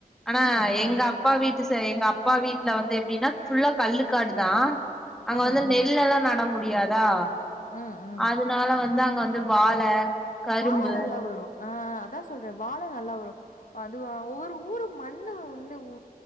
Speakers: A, in the centre; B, on the left.
A: ஆனா
B: ம் ம்
A: எங்கப்பா வீட்டு சை எங்கப்பா வீட்ல வந்து எப்டின்னா ஃபுல்லா கல்லு க்காடு தா அங்க
B: ஆ
A: வந்து
B: ஆ
A: நெல்லல்லா நட முடியாதா
B: ம் ம்
A: அதுனால வந்து அங்க வந்து வாழ கரும்பு
B: கால நல்லா வரு ஆ அதா சொல்றே வாழ நல்லா வரு அது ஒவ்வொரு ஊரு மண்ணு வந்து உ